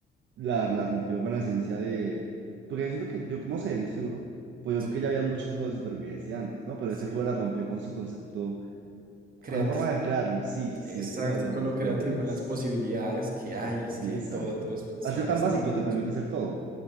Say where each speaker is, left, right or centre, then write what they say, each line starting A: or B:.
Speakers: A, on the right; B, on the right.
A: la, la rompió con la esencia de... Porque yo siento que, yo no sé, no estoy seguro, pues yo
B: sí,
A: creo que ya había muchos juegos de supervivencia antes, ¿no? Pero
B: sí,
A: ese juego la rompió con su concepto,
B: creativo.
A: con la forma de crearlo. Sí, sí, sí,
B: Exacto,
A: es que lo, lo
B: con
A: rompió,
B: lo creativo,
A: es...
B: con las posibilidades que hay, es
A: Sí,
B: que
A: exacto.
B: todo, todo es- está,
A: Al ser tan
B: está
A: básico
B: muy bien
A: te
B: hecho
A: permite hacer todo.